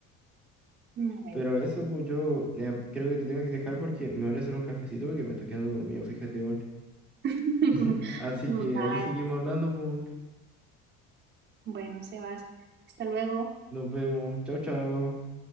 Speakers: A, on the right; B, in the centre.
A: Mm, Bueno,
B: Pero eso, pues yo eh, creo que te tengo que dejar porque me voy a hacer un cafecito porque me estoy quedando dormido, fíjate, weón.
A: <laughs>
B: <laughs> Así que
A: vale.
B: ahí seguimos hablando, pues.
A: Bueno, Sebas, hasta luego.
B: Nos vemos. Chao, chao.